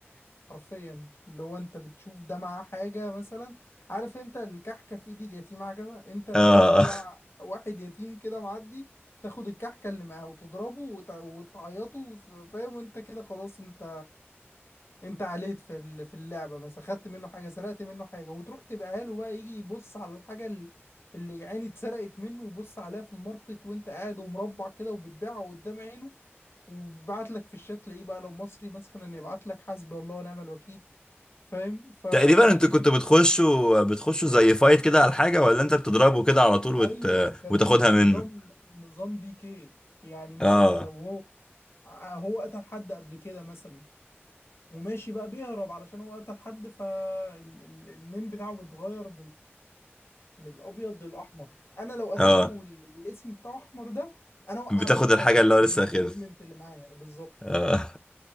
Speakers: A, on the left (about 65°); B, on the left (about 20°).
A: حرفيا اللي هو انت بتشوف ده معاه حاجة مثلا عارف انت الكحكة في ايد اليتيم عجبة انت لو
B: آه.
A: شفت بقى
B: <laughs>
A: واحد يتيم كده معدي تاخد الكحكة اللي معاه وتضربه وت- وتعيطه وف- فاهم انت كده خلاص انت انت عليت في ال- في اللعبه مثلا خدت منه حاجه سرقت منه حاجه وتروح تبقى له بقى يجي يبص على الحاجه ال- اللي يعني اتسرقت منه ويبص عليها في الماركت وانت قاعد ومربع كده وبتبيعها قدام عينه وبيبعت لك في الشات تلاقيه بقى لو مصري مثلا يبعت لك حسبي الله ونعم الوكيل فاهم فيعني
B: تقريبا انتوا كنتوا بتخشوا بتخشوا زي فايت كده على حاجه ولا انت بتضربه كده على طول وت...
A: ايوه كان
B: وتاخدها
A: في نظام
B: منه
A: نظام بيكي يعني مثلا
B: اه
A: لو هو هو قتل حد قبل كده مثلا وماشي بقى بيهرب علشان هو قتل حد فالنيم بتاعه بيتغير من الابيض للاحمر انا لو قتلته
B: اه
A: وال- والاسم بتاعه احمر ده انا اوقع
B: بتاخد
A: منه حاجه
B: الحاجة اللي هو
A: من
B: لسه
A: الايكويبمنت
B: اخدها
A: اللي معايا بالظبط
B: آه.